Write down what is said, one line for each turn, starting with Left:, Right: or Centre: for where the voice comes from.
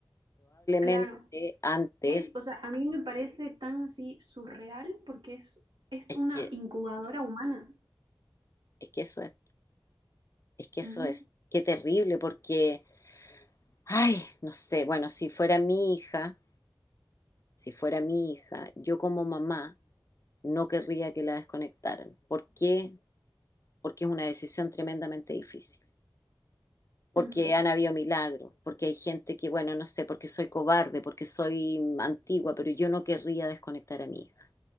Right: Claro.
Left: probablemente antes.
Right: Es, o sea, a mí me parece tan así surreal porque es, es
Left: Es
Right: una
Left: que
Right: incubadora humana.
Left: Es que eso es, es que eso
Right: Ujú,
Left: es, qué terrible, porque, ay, no sé, bueno, si fuera mi hija, si fuera mi hija, yo como mamá no querría que la desconectaran. ¿Por qué? Porque es una decisión tremendamente difícil, porque
Right: ujú,
Left: han habido milagros, porque hay gente que, bueno, no sé, porque soy cobarde, porque soy antigua, pero yo no querría desconectar a mi hija.